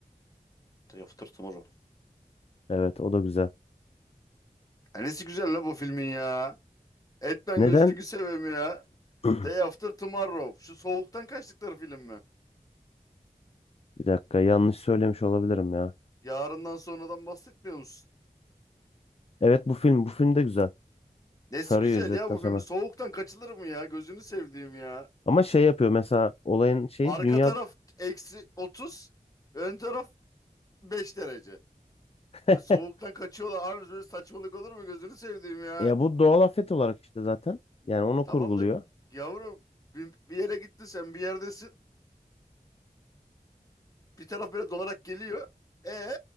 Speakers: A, on the left; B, on the left.
A: Day After Tomorrow.
B: Evet o da güzel.
A: E nesi güzel la bu filmin ya. Etmen
B: Neden?
A: gözünü seveyim ya.
B: <clears throat>
A: Day After Tomorrow. Şu soğuktan kaçtıkları film mi?
B: Bir dakika yanlış söylemiş olabilirim ya.
A: Yarından sonradan bahsetmiyor musun?
B: Evet bu film bu film de güzel.
A: Nesi
B: Sarıyor
A: güzel
B: izledikten
A: ya bu
B: sonra.
A: filmin. Soğuktan kaçılır mı ya? Gözünü sevdiğim ya.
B: Ama şey yapıyor mesela olayın şeyi
A: Arka
B: dünya
A: taraf eksi 30. Ön taraf 5 derece.
B: <laughs>
A: Ve soğuktan kaçıyorlar. Abi böyle saçmalık olur mu? Gözünü sevdiğim ya.
B: ya bu doğal afet olarak işte zaten. Yani onu
A: Tamam
B: kurguluyor.
A: da yavrum bir, bir yere gittin sen bir yerdesin. Bir taraf böyle donarak geliyor. E